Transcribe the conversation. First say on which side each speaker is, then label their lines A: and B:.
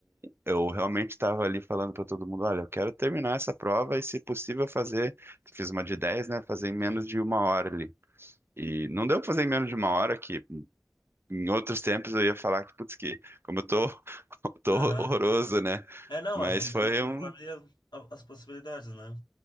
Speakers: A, on the right; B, on the left.
A: eu realmente estava ali falando para todo mundo: olha, eu quero terminar essa prova e, se possível, fazer. Fiz uma de dez né? Fazer em menos
B: sim.
A: de uma hora ali. E não deu pra fazer em menos de uma hora, que em outros tempos eu ia falar que, putz, que como eu tô, <laughs> tô
B: Aham.
A: horroroso, né?
B: É, não,
A: Mas
B: elas têm
A: foi
B: que ir conforme
A: um
B: a- a- as possibilidades, né?